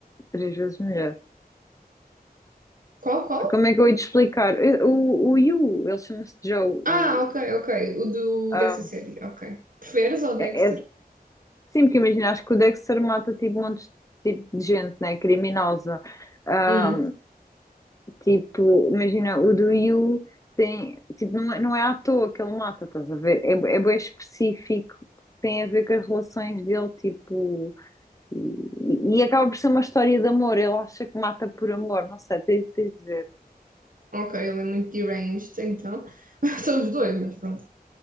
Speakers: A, on the left; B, on the right.
A: três vezes melhor.
B: Qual, qual?
A: Porque como é que eu ia te explicar? Eu- O, o You, ele chama-se Joe. O,
B: Ah, ok, ok. O do,
A: ah,
B: dessa série, ok. Preferes ao Dexter?
A: é, é- sim, porque imagina, acho que o Dexter mata tipo montes de, tipo, de gente, né? Criminosa. Ah,
B: Hum,
A: Tipo, imagina, o do You tem, tipo, não é, não é à toa que ele mata, estás a ver? É, bué- é bem específico, tem a ver com as relações dele, tipo, e, e acaba por ser uma história de amor. Ele acha que mata por amor, não sei, tens, tens de ver.
B: ok, ele é muito deranged, então. <laughs> São os dois, mas pronto.